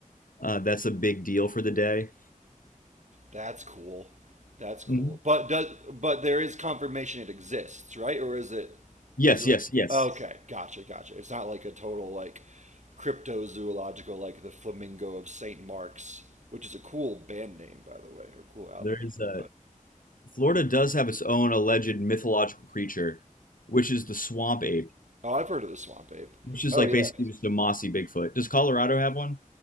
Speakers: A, on the left; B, on the right.
A: uh, that's a big deal for the day.
B: That's cool. That's cool.
A: Mhm.
B: But does but there is confirmation it exists, right? Or is it
A: Yes,
B: is it
A: yes,
B: like
A: yes.
B: okay, gotcha, gotcha. It's not like a total like cryptozoological like the flamingo of St. Mark's, which is a cool band name by the way, or cool album
A: There
B: name,
A: is a Florida does have its own alleged mythological creature, which is the swamp ape,
B: Oh, I've heard of the swamp ape.
A: which is
B: Oh
A: like
B: yeah.
A: basically just a mossy Bigfoot. Does Colorado have one?